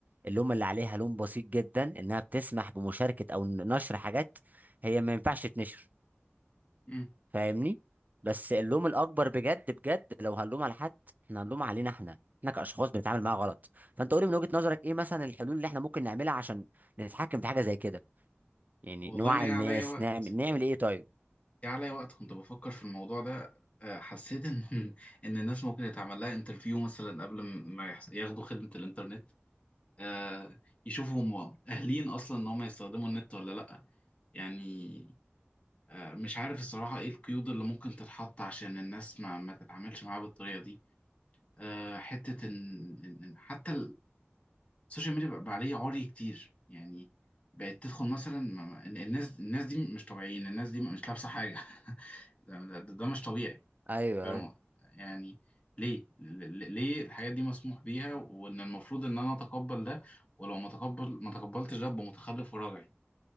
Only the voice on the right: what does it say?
اللوم اللي عليها لوم بسيط جدا إنها بتسمح بمشاركة أو نشر حاجات هي ما ينفعش تنشر
فاهمني بس اللوم الاكبر بجد بجد لو هنلوم على حد احنا هنلوم علينا احنا احنا كاشخاص بنتعامل معاها غلط فانت قولي من وجهة نظرك ايه مثلا الحلول اللي احنا ممكن نعملها عشان نتحكم في حاجه زي كده يعني
نوعي
الناس
نعمل نعمل ايه طيب
ايوه
أيوة،